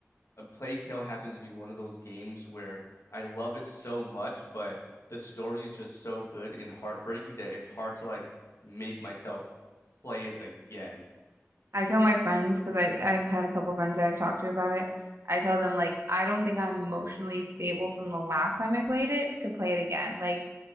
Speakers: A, on the left; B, on the right.
A: A Plague Tale happens to be one of those games where I love it so much, but the story is just so good and heartbreaking that it's hard to like make myself play it again.
B: I tell my friends because I I've had a couple friends that I've talked to about it. I tell them like I don't think I'm emotionally stable from the last time I played it to play it again. Like